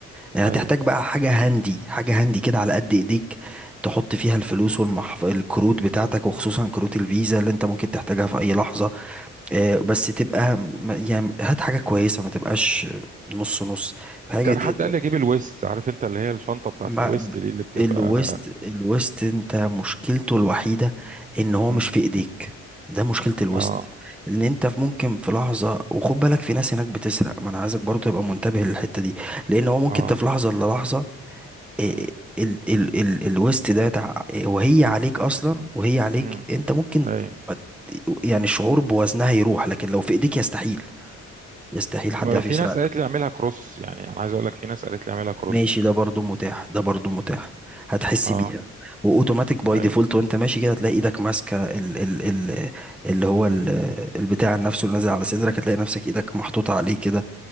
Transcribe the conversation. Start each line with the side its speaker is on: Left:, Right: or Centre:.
Centre: يعني
Right: اي
Centre: هتحتاج بقى حاجه هاندي حاجه هاندي كده على قد ايديك تحط فيها الفلوس والمحف... الكروت بتاعتك وخصوصا كروت الفيزا اللي انت ممكن تحتاجها في اي لحظه آه، بس تبقى م- يعني هات حاجة كويسة ما تبقاش نص نص حاجة
Right: كان
Centre: تقدر
Right: حد قال لي اجيب الويست عارف انت اللي هي الشنطه بتاعت
Centre: مع
Right: الويست دي اللي بتبقى
Centre: الويست الويست انت مشكلته الوحيدة ان هو
Right: امم
Centre: مش في ايديك ده مشكلة الويست
Right: اه
Centre: ان انت في ممكن في لحظة وخد بالك في ناس هناك بتسرق ما انا عايزك برضه تبقى منتبه للحتة دي لان هو ممكن
Right: اه
Centre: انت في لحظة للحظة إيه،
Right: امم
Centre: ال ال ال الويست ده تع... إيه، وهي عليك اصلا وهي عليك
Right: امم
Centre: انت ممكن
Right: اي
Centre: ما ت- يعني الشعور بوزنها يروح لكن لو في ايديك يستحيل يستحيل حد
Right: ما
Centre: يعرف
Right: في
Centre: يسرقك
Right: ناس قالت لي اعملها كروس يعني انا عايز اقول لك في ناس قالت لي اعملها كروس
Centre: ماشي ده برضو متاح ده برضو متاح هتحس
Right: اه
Centre: بيها واوتوماتيك باي
Right: اي
Centre: ديفولت وانت ماشي كده هتلاقي ايدك ماسكه ال ال ال اللي هو ال
Right: امم
Centre: البتاع نفسه اللي نازل على صدرك هتلاقي نفسك ايدك محطوطه عليه كده